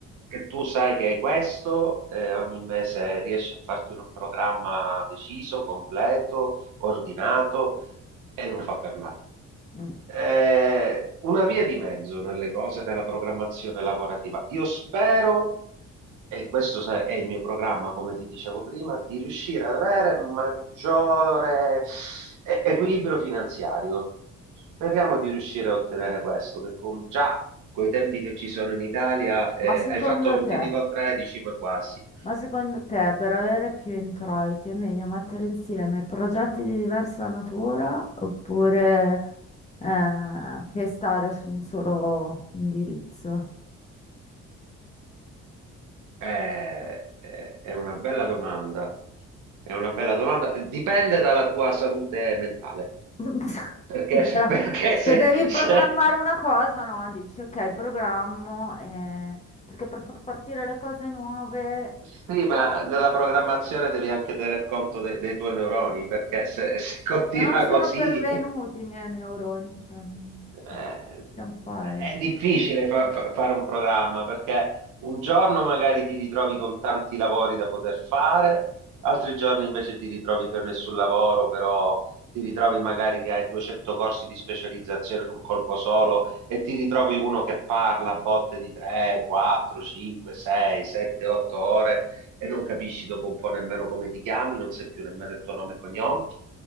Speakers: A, on the right; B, on the left.
A: che tu sai che hai questo, eh, ogni mese riesci a farti un programma deciso, completo, ordinato, e non fa per me.
B: Mm.
A: eh, una via di mezzo nelle cose, nella programmazione lavorativa. Io spero, e questo sai, è il mio programma, come ti dicevo prima, di riuscire ad avere maggiore eh, equilibrio finanziario. Speriamo di riuscire a ottenere questo, che con già coi tempi che ci sono in Italia, eh,
B: Ma secondo
A: hai fatto non
B: te,
A: ti dico 13, ma quasi.
B: ma secondo te, per avere più introiti è meglio mettere insieme progetti di diversa natura oppure eh, pestare su un solo indirizzo?
A: Eh, eh, è una bella domanda. È una bella domanda. Dipende dalla tua salute mentale.
B: <laughs>
A: Perché,
B: Sì, però
A: se- perché se,
B: se devi
A: se-
B: programmare una cosa, no, dici ok, programmo, eh, perché per far partire le cose nuove...
A: Sì,
B: o
A: ma nella programmazione devi anche tener conto de- dei tuoi neuroni, perché se, se continua
B: Ma non sono
A: così
B: pervenuti i miei neuroni, cioè non
A: Eh,
B: possiamo fare.
A: è difficile fa- fa- fare un programma perché un giorno magari ti ritrovi con tanti lavori da poter fare, altri giorni invece ti ritrovi con nessun lavoro, però ti ritrovi magari che hai 200 corsi di specializzazione in un colpo solo e ti ritrovi uno che parla a botte di 3, 4, 5, 6, 7, 8 ore e non capisci dopo un po' nemmeno come ti chiami, non sai più nemmeno il tuo nome e cognome.